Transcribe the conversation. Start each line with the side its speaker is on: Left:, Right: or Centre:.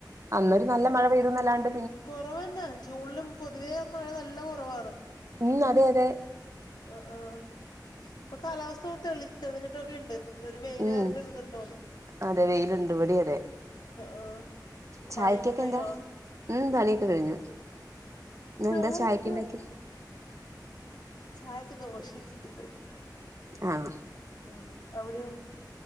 Right: അന്നൊരു നല്ല മഴ പെയ്തന്നല്ലാണ്ട്
Left: കുറവന്നെ ജൂണിലും പൊതുവേ മഴ നല്ല കുറവാന്ന്
Right: ഉം അതെ അതെ
Left: ആഹ് ആഹ് ഇപ്പൊ കാലാവസ്ഥ ഒന്ന് തെളി തെളിഞ്ഞിട്ടൊക്കെ ഉണ്ട് ഒരു വെയില്
Right: ഉം
Left: വരേണ്ടരിതു തോന്നുന്നു
Right: അതെ വെയിലുണ്ട്, ഇവിടെയും അതെ
Left: ആഹ്
Right: ചായക്കൊക്കെ
Left: പണിയൊക്കെ കഴിഞ്ഞോ
Right: എന്താ ഉം, പണിയൊക്കെ കഴിഞ്ഞു ഇന്നെന്താ
Left: ചായ
Right: ചായക്കുണ്ടാക്കി
Left: വെച്ചു ചായക്ക് ദോശയും, ചിക്കൻ കറിയും
Right: ആഹ്
Left: ഉം അവിടെയോ